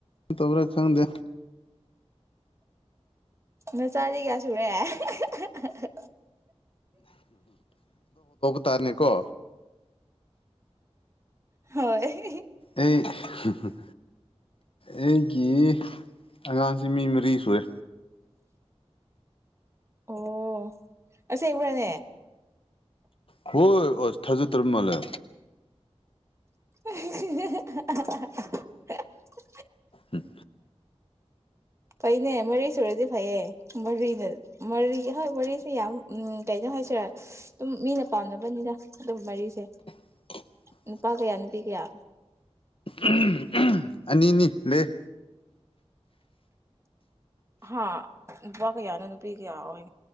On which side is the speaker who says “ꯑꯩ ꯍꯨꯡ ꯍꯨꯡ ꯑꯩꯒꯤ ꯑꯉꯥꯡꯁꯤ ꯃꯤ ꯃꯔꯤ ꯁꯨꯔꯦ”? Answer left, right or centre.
Left